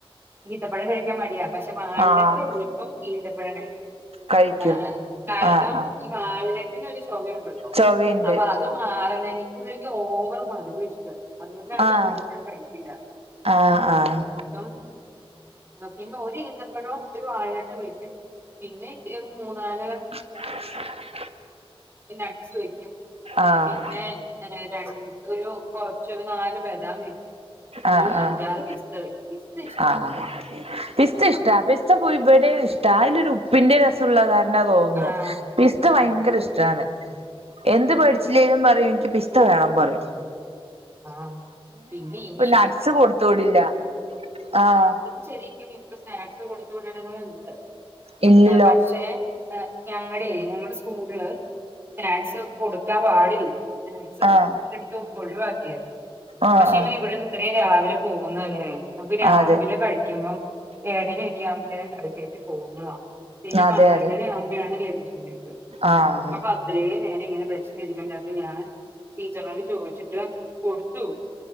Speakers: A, on the right; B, on the right.
A: ഈത്തപ്പഴം കഴിക്കാം മടിയാ പക്ഷെ വാൾനട്ടുള്ളപ്പം
B: ആഹ്
A: ഈന്തപ്പഴം കഴിക്കും
B: കഴിക്കും
A: ആഹ് ആഹ് കാരണം
B: ആഹ് ആഹ്
A: ഈ വാൾനെട്ടിനൊരു ചൊവയുണ്ടല്ലോ
B: ചൊവയുണ്ട്
A: അപ്പഅ അത് മാറണെങ്കി പുള്ളിക്ക് ഓവറ് മധുരഷ്ടല്ല അതുകൊണ്ടാണ്
B: ആഹ്
A: ഈന്തപ്പഴം കഴിക്കില്ല
B: ആഹ് ആഹ്
A: അപ്പം പിന്നെ ഒരു ഇന്തപ്പഴോ ഒരു വാഴിലട്ടം കയ്ച്ച് പിന്നെ മൂന്നാല്
B: <unintelligible>
A: നട്ട്സ് വ്യെക്കും
B: ആഹ്
A: പിന്നെ പിന്നെതേ രണ്ട് ഒരു കൊറച്ചൊരു നാല് ബദാം വെ
B: ആഹ്
A: ഒരു
B: ആഹ്
A: അഞ്ചാറ് പിസ്ത വെക്ക്യും പിസ്ത ഇഷ്ട
B: ആഹ് അഹ് പിസ്ത ഇഷ്ട പിസ്ത പോയി ഇവിടെം ഇഷ്ട അയ്ലൊരു ഉപ് പിന്റെ രസുള്ള കാര്ണാ തോന്നു
A: ആ
B: പിസ്ത്ത ഭയങ്കര
A: ആ
B: ഇഷ്ട്ടാണ് എന്ത് വേടിച്ചില്ലേലും
A: ഇവർക്ക്
B: പറിം എനിക്ക് പിസ്ത വേണം പറിം
A: ആഹ് പിന്നെ ഇനി
B: നട്സ് കൊടുത്തുവിടില്ല ആഹ്
A: ശെരിക്കും ഇപ്പൊ സ്നാക്സ് കൊടുത്ത് വിടേണ്ടത്ണ്ട്
B: ഇല്ലല്ലോ
A: പക്ഷേ ഏഹ് ഞങ്ങടെ ഞങ്ങടെ സ്കൂള് സ്നാക്സ് കൊടുക്കാം പാടില്ല സ്നാക്സ്
B: ആഹ്
A: മൊത്തത്തിലിട്ത്ത് ഒഴിവാക്കിയാര്ന്നു
B: ആഹ്
A: പക്ഷെ
B: ആഹ്
A: ഇവനീ ഇവിടെ ഇത്രയും രാവിലെ പോകുന്നല്ലേ അപ്പൊ രാവിലെ
B: അതെ
A: കഴിക്കുമ്പം ഏഴരെക്കെ ആവുമ്പത്തേരും കഴിച്ചേച്ച് പോക്വാ പിന്നെ
B: അതെ
A: പന്ത്രണ്ടണി
B: അതെ
A: ആവുമ്പഴാണ് ലെഞ്ച്ല്ലെ
B: ആഹ്
A: അപ്പ അത്രേനേരങ്ങനെ വെശ് ഞാൻ ടീച്ചറോട് ചോയ്ച്ചിട്ട് കൊടുത്തു